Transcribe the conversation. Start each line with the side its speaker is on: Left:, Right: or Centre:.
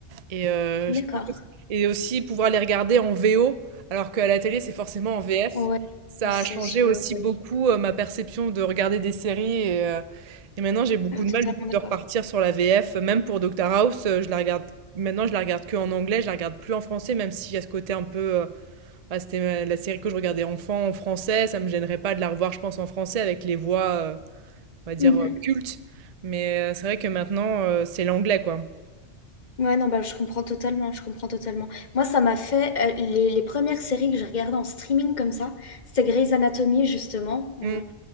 Right: Et euh,
Left: d'accord.
Right: je pense que c'est- et aussi pouvoir les regarder en VO, alors qu'à la télé, c'est forcément en VF.
Left: Ouais,
Right: Ça
Left: française,
Right: a changé
Left: ouais,
Right: aussi
Left: ouais. ouais.
Right: beaucoup euh, ma perception de regarder des séries. Et, euh, et maintenant, j'ai beaucoup
Left: Ah,
Right: de
Left: totalement
Right: mal du coup
Left: d'accord.
Right: de repartir sur la VF. Même pour Doctor House, euh, je la regarde maintenant, je la regarde que en anglais, je la regarde plus en français, même s'il y a ce côté un peu. euh, bah, c'était ma- la série que je regardais enfant en français, ça me gênerait pas de la revoir, je pense, en français avec les voix, euh, on va dire,
Left: Mhm.
Right: euh, cultes. Mais euh, c'est vrai que maintenant, euh, c'est l'anglais, quoi.
Left: Ouais, non, bah, je comprends totalement, je comprends totalement. Moi, ça m'a fait, euh, les, les premières séries que j'ai regardées en streaming comme ça, c'était Grey's Anatomy, justement. On-
Right: Mm.